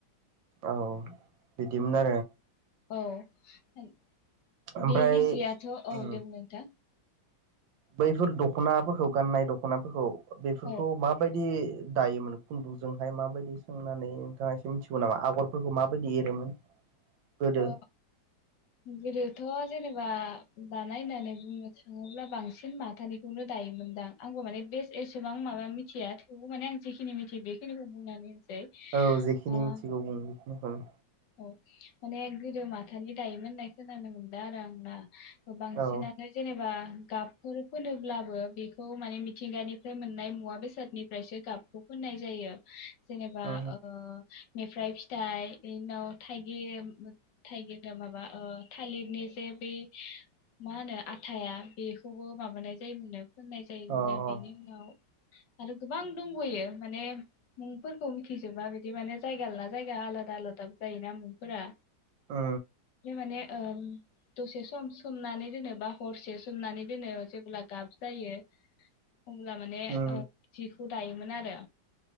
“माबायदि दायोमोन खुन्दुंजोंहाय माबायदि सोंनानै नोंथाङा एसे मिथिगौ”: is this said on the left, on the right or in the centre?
Right